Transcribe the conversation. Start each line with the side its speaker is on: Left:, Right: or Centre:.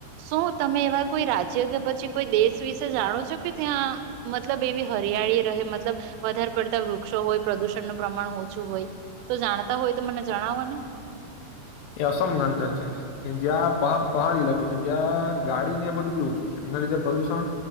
Right: શું તમે એવા કોઈ રાજ્ય કે પછી કોઈ દેશ વિશે જાણો છો કે ત્યાં મતલબ એવી હરિયાળી રહે મતલબ વધારે પડતા વૃક્ષો હોય પ્રદુષણનું પ્રમાણ ઓ છું હોય તો જાણતા હોય તો મને જણાવો ને
Left: એ અસમ ના અંદર છે કે જ્યાં પહા પહાડી ઈલાકો છે જ્યાં ગાડીને એ બધું બી ઓછું છે એના લીધે પ્રદુષણ